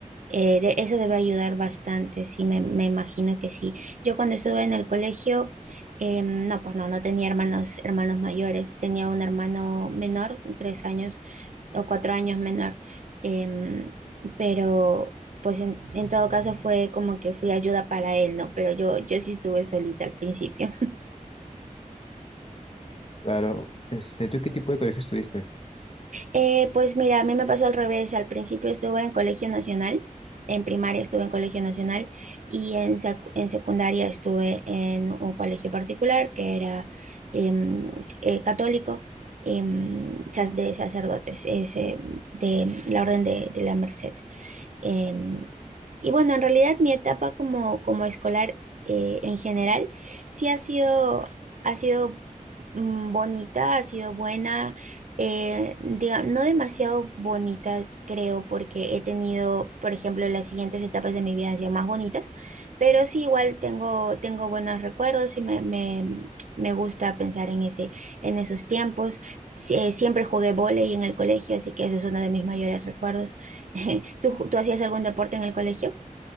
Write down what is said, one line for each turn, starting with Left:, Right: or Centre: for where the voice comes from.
Right: Eh, de- eso debe ayudar bastante, sí, me, me imagino que sí. Yo cuando estuve en el colegio, eh, no, pues no, no tenía hermanos, hermanos mayores, tenía un hermano menor, tres años o cuatro años menor, em, pero pues en, en todo caso fue como que fui ayuda para él, ¿no? Pero yo, yo sí estuve solita al principio.
Left: Claro, este, ¿tú en qué tipo de colegio estuviste?
Right: Eh, pues mira, a mí me pasó al revés. Al principio estuve en colegio nacional, en primaria estuve en colegio nacional y en, sec- en secundaria estuve en un colegio particular que era em, eh, católico em, sac- de sacerdotes, ese, de la Orden de, de la Merced. Em, y bueno, en realidad mi etapa como, como escolar eh, en general sí ha sido, ha sido mm, bonita, ha sido buena eh, diga- no demasiado bonita, creo, porque he tenido, por ejemplo, las siguientes etapas de mi vida han sido más bonitas, pero sí igual tengo, tengo buenos recuerdos y me, me, me gusta pensar en ese, en esos tiempos. Sí, eh, siempre jugué vóley en el colegio, así que eso es uno de mis mayores recuerdos. <laughs> ¿Tú, ju- tú hacías algún deporte en el colegio?